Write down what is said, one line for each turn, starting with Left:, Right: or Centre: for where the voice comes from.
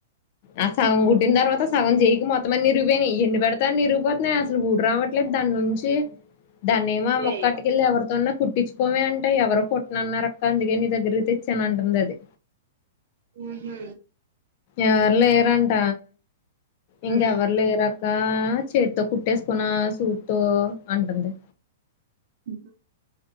Left: ఆ సగం కుట్టిన తర్వాత సగం చేయికి మొత్తం అన్నీ ఇరిగిపోయినియి ఎన్ని పెడితే అన్ని ఇరిగిపోతున్నాయి అసలు ఊడి రావట్లేదు దాని నుంచి దాన్నేమో
Right: అయ్యయ్యో
Left: ఆ ముక్క అట్టికెళ్ళి ఎవరితోన్నా కుట్టించుకోమే అంటే ఎవరూ కుట్టనన్నారుఅక్క అందుకే నీ దగ్గరకి తెచ్చానంటుందది.
Right: ఊహు
Left: ఎవ లేరంట ఇంకెవరు
Right: ఉమ్
Left: లేరా ఇంకా చేతితో కుట్టేసుకోనా సూత్తో అంటంది
Right: ఇంకా